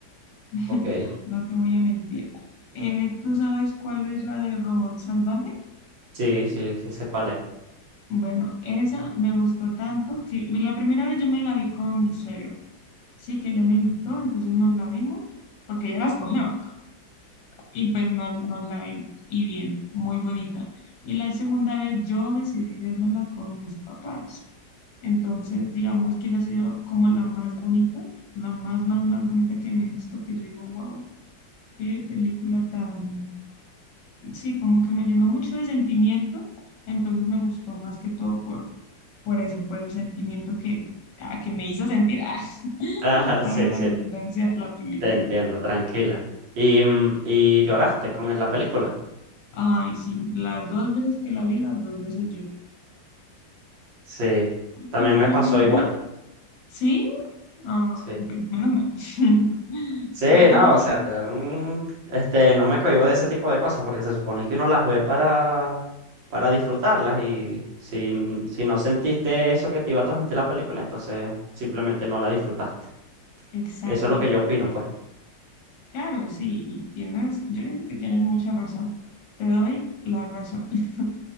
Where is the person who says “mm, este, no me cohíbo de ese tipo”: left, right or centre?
Right